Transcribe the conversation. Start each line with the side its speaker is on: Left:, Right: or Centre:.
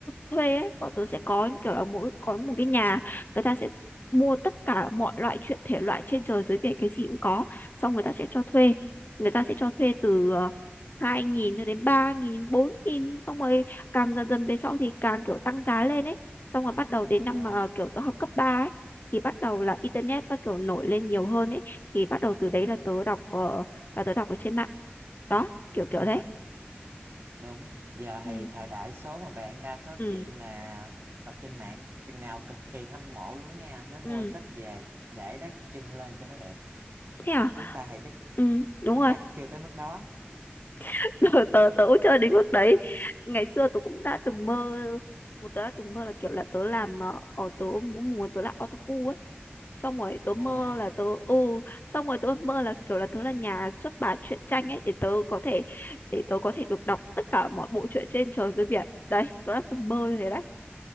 Left: thuê ấy bọn tớ sẽ có kiểu là mỗi có một cái nhà người ta sẽ mua tất cả mọi loại truyện thể loại trên trời dưới biển cái gì cũng có xong người ta sẽ cho thuê người ta sẽ cho thuê từ ờ, hai nghìn cho đến ba nghìn bốn nghìn xong rồi càng dần dần về sau thì càng kiểu tăng giá lên ấy xong rồi bắt đầu đến năm
Right: À,
Left: mà kiểu tớ học cấp ba thì bắt đầu là internet bắt đầu nổi lên nhiều hơn ấy thì bắt đầu từ đấy là tớ đọc ờ, là tớ đọc ở trên mạng đó kiểu kiểu
Right: đúng
Left: thế
Right: rồi, đúng. Giờ
Left: ừ
Right: thì thời đại số mà bạn đa số
Left: ừ
Right: chuyện là đọc trên mạng, chừng nào cực kỳ hâm mộ luôn á nghe, mới mua
Left: ừ
Right: sách về để đắp chân lên cho nó đẹp.
Left: thế à
Right: Chúng ta thì chắc
Left: ừ đúng
Right: chúng
Left: rồi
Right: ta chắc chưa tới mức đó.
Left: <laughs> tớ tớ tớ cũng chơi đến mức đấy ngày xưa tớ cũng đã từng mơ một tớ đã từng mơ là kiểu là tớ làm ờ, ở tớ muốn muốn tớ là otaku ấy xong rồi tớ mơ
Right: À.
Left: là tớ ừ xong rồi tớ mơ là kiểu là tớ là nhà xuất bản truyện tranh ấy để tớ có thể để tớ có thể được đọc tất cả mọi bộ truyện trên trời dưới biển đấy tớ đã từng mơ như thế đấy